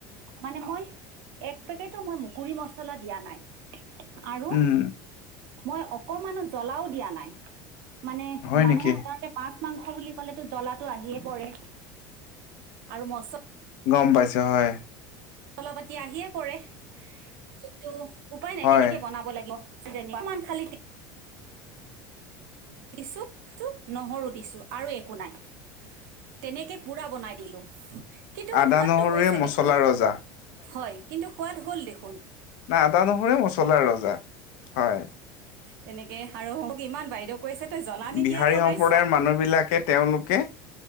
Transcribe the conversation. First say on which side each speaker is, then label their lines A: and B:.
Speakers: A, on the right; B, on the left.
A: মানে মই এক পেকেটো মই গুৰি মচলা দিয়া নাই। আৰু
B: উম
A: মই অকমানো জ্বলাও দিয়া নাই, মানে
B: হয়
A: মানুহে
B: নেকি
A: সাধাৰতে মাছ-মাংস বুলি ক'লেটো জ্বলাটো আহিয়ে পৰে আৰু মচলা
B: গম, পাইছো হয়।
A: চলা, পাতি আহিয়ে পৰে, কিন্তু উপায় নাই
B: হয়
A: তেনেকৈ বনাব লাগিব। যেনেবা, অকমান খালি দিছোঁ নহৰু দিছোঁ, আৰু একো নাই, তেনেকৈ পুৰা বনাই দিলোঁ। কিন্তু
B: আদা
A: সোৱাদটো
B: নহৰুৱে
A: হৈছে
B: মছলা
A: দেখোন,
B: ৰজা
A: হয় কিন্তু সোৱাদ হ'ল দেখোন।
B: নাই আদা, নহৰুৰে মচলাৰ ৰজা। হয়।
A: তেনেকে আৰু মোক ইমান বাইদেউ কৈছে তই জ্বলা নিদিয়াকে
B: বিহাৰী
A: বনাইছ,
B: সম্প্ৰদায়ৰ মানুহ বিলাকে তেওঁলোকে